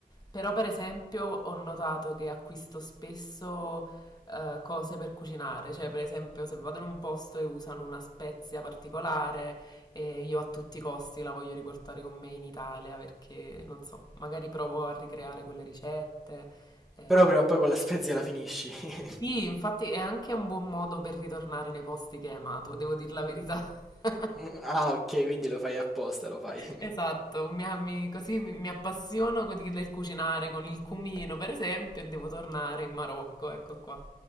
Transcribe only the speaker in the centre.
Però prima o poi quella <laughs> spezia la finisci. <laughs>
<laughs> Mm, Ah, ok, quindi lo fai apposta, lo fai. <laughs>